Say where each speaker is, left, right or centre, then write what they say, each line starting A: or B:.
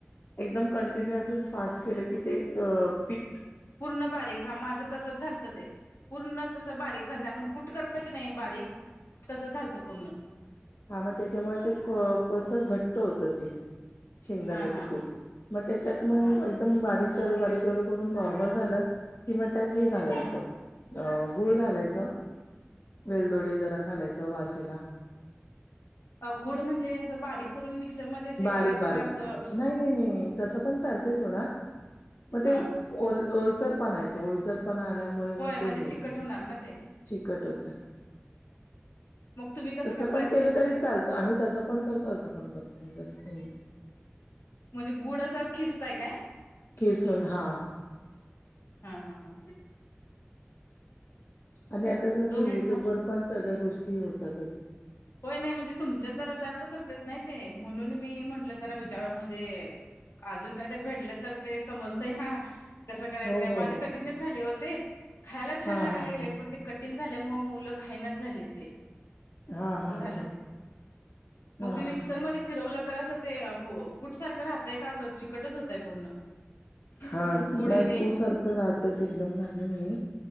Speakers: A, on the left (about 60°); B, on the left (about 80°).
A: एकदम कंटिन्युअसस फास्ट केलं की ते अ पी
B: पूर्ण बारीक हां माझं तसच झालतं ते. पूर्ण तसं बारीक झालत आपण कुठ करतो की नाई बारीक तसं झालतं पूर्ण.
A: हां म त्याच्यामुळे ते प पचक घट्ट होतं ते. शेंगदाण्याचं
B: हा हा
A: कूट म त्याच्यात मंग
B: हा
A: ते एकदम बारीक चालू बारीक चालू करून नॉर्मल झालं कि म त्यात हे घालायचं.
B: हा
A: अ गुळ घालायचं वेलदोडे जरा घालायचं वासेला.
B: अ गुड म्हणजे असं बारीक? करून मिक्सरमध्येच हे
A: बारीक
B: करायचं
A: बारीक
B: का असं
A: नाही नाही नाही तसं पण चालतय सोडा. म ते
B: हा
A: ओल ओलसर पणा येतो ओलसर पणा आल्यामुळे
B: होय
A: मग
B: म्हणजे
A: ते हे होत
B: चिकट होणार ना ते
A: चिकट होत.
B: मग तुम्ही कसं
A: तसं
B: करताय
A: पण केलं
B: ते
A: तरी चाल त आम्ही तसं पण करतो असं पण करतो म्हणजे असं काई नई.
B: म्हणजे गुड असं खिस्ताय काय?
A: किसून हां.
B: हा हा हा.
A: आनि आता जसं
B: दोन मिनिट
A: युट्यूब
B: थांब
A: वर पण सगळ्या गोष्टी होतातच.
B: होय नई म्हणजे तुमच्यात जरा जास्त करतेत नाय ते म्हणून मी म्हटलं जरा विचारव म्हणजे आजून कायतरी भेटल तर ते समजतय ना. कसं करायचं
A: हो
B: काय
A: हो
B: माझे
A: हो
B: कठीिणच झाले होते खायला छान
A: हा
B: लागयला
A: हा
B: लागलेल
A: हा
B: ते कठीण झाल्यामुळे मुलं खायनाच झाले ते
A: हा
B: अस
A: हा
B: झालं
A: हा
B: ते मग
A: हा
B: ते
A: हा
B: मिक्सर
A: हा
B: म फिरवलं तर असं ते हो कुठसारखं राहतंय का असं चिकटच होतंय पूर्ण
A: हा नाही
B: गुड तेन
A: कोट सारखं राहतं एकदम घातलं मीी